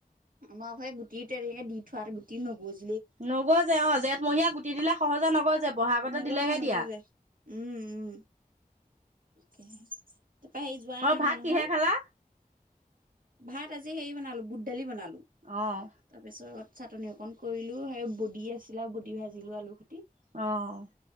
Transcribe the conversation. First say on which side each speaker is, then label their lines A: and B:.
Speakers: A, on the right; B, on the right.
A: আমাৰ সেই গুটি তেঙে দি থোৱা গুটি নগজি
B: নগযে অ', জেঠমহীয়া গুটি দিলে সহজে নগয় যে বহাগতে
A: নগজে
B: দিলেহে
A: নগজে
B: দিয়া।
A: উম উম, তাৰপৰা হে যোৱা
B: অ',
A: আহা
B: ভাত
A: নাই নহয়?
B: কিহে খালা?
A: ভাত আজি সেই বনালো বুট দালি বনালো
B: অ',
A: তাৰপিছত চাটনি অকন কৰিলোঁ, সেই বডি আছিল আৰু বডি ভাজিলোঁ আলু খুটি
B: অ',